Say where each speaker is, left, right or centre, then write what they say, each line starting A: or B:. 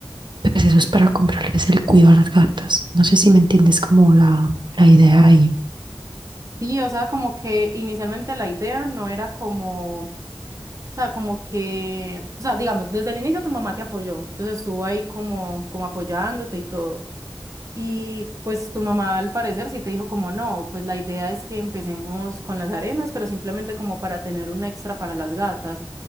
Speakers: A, on the right; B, on the right.
A: pues eso es para comprarles el cuido a las gatas? No sé si me entiendes como la, la idea ahí.
B: Sí, o sea, como que inicialmente la idea no era como O sea, como que, o sea, digamos, desde el inicio tu mamá te apoyó, entonces estuvo ahí como, como apoyándote y todo. Y pues tu mamá al parecer sí te dijo como no, pues la idea es que empecemos con las arenas, pero simplemente como para tener un extra para las gatas,